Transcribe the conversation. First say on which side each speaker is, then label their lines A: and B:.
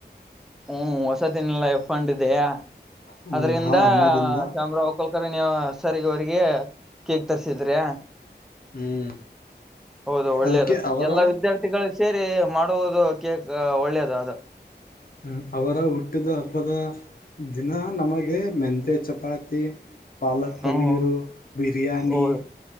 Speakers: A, in the centre; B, on the left (about 55°).
A: ಹ್ಮ್ ಹೊಸತಿನಿಲಯ ಫಂಡ್ ಇದಿಯಾ
B: ಹ್ಮ್
A: ಆದ್ದರಿಂದ್ದ
B: ಆ ಹಣದಿಂದ
A: ಶಾಮ್ರವ್ ಕುಲಕರ್ಣಿ ಸರ್ ಅವರಿಗೆ ಕೇಕ್ ತರ್ಸಿದ್ರಿ.
B: ಹ್ಮ್
A: ಹೌದು ಒಳ್ಳೇದು
B: ಅದಕ್ಕೆ ಅವರ
A: ಎಲ್ಲಾ ವಿದ್ಯಾರ್ಥಿಗಳು ಸೇರಿ ಮಾಡುವುದು ಕೇಕ್ ಒಳ್ಳೇದು ಅದು.
B: ಹ್ಮ್ ಅವರ ಹುಟ್ಟಿದ ಹಬ್ಬದ. ದಿನ ನಮಗೆ ಮೆಂತೆ ಚಪಾತಿ. ಪಾಲಕ್
A: ಹ್ಮ್
B: ಪನ್ನೀರು ಬಿರಿಯಾನಿ.
A: ಹೌದು